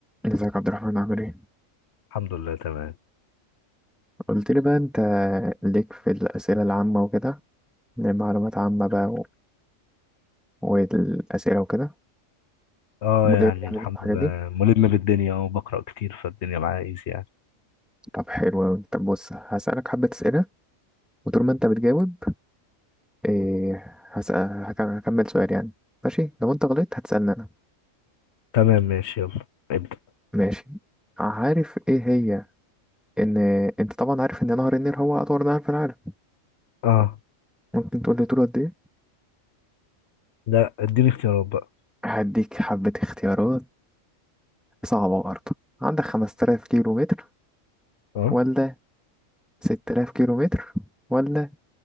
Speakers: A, in the centre; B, on the left.
A: ازيك يا عبد الرحمن عامل ايه؟
B: الحمد لله تمام
A: قلت لي بقى انت ليك في الأسئلة العامة وكده معلومات عامة بقى و... والأسئلة وكده
B: اه
A: مليك
B: يعني
A: يعني
B: الحمد
A: الحاجات
B: لله
A: دي
B: ملم بالدنيا اه بقرأ كتير فالدنيا معايا ايزي يعني
A: طب حلو أوي طب بص هسألك حبة أسئلة وطول ما انت بتجاوب إيه هسأل هك... هكمل سؤال يعني ماشي لو انت غلطت هتسألني أنا
B: تمام ماشي يلا ابدأ
A: ماشي عارف ايه هي ان انت طبعا عارف ان نهر النيل هو أطول نهر في العالم
B: اه
A: ممكن تقول لي طوله قد ايه؟
B: لا اديني اختيارات بقى
A: هديك حبة اختيارات صعبة برضه عندك 5000 كيلو متر
B: اه
A: ولا 6000 كيلو متر ولا